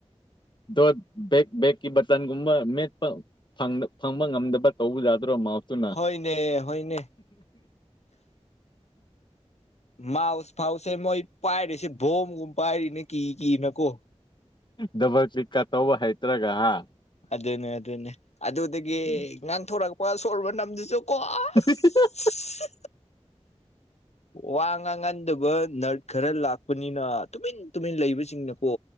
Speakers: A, on the left; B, on the left.
A: ꯗꫭꯠ ꯕꯦꯛ ꯕꯦꯛꯀꯤ ꯕꯥꯇꯟꯒꯨꯨꯝꯕ ꯃꯦꯠꯄ ꯐꯪꯕ ꯐꯪꯕ ꯉꯝꯗꯕ ꯇꯧꯕ ꯌꯥꯗ꯭ꯔꯣ ꯃꯥꯎꯇꯨꯅ
B: ꯍꯣꯏꯅꯦ ꯍꯣꯏꯅꯦ ꯃꯥꯎꯁ ꯐꯥꯎꯁꯦ ꯃꯣꯏ ꯄꯥꯏꯔꯤꯁꯦ ꯕꯣꯝꯒꯨꯝꯕ ꯄꯥꯏꯔꯤꯅꯦ ꯀꯤ ꯀꯤꯅꯀꯣ
A: ꯗꯕꯜ ꯀꯤꯂꯛꯀ ꯇꯧꯕ ꯍꯩꯇ꯭ꯔꯒ ꯍꯥ
B: ꯑꯗꯨꯅꯦ ꯑꯗꯨꯅꯦ ꯑꯗꯨꯗꯒꯤ
A: ꯎꯝ
B: ꯉꯥꯡꯊꯣꯔꯛꯄ ꯁꯣꯔ ꯃꯅꯝꯗꯨꯁꯨ ꯀꯣ ꯑꯁ
A: <inaudible>
B: ꯋꯥ ꯉꯥꯡ ꯉꯟꯗꯕ ꯅꯔꯠ ꯈꯔ ꯂꯥꯛꯄꯅꯤꯅ ꯇꯨꯃꯤꯟ ꯇꯨꯃꯤꯟ ꯂꯩꯕꯁꯤꯡꯅꯀꯣ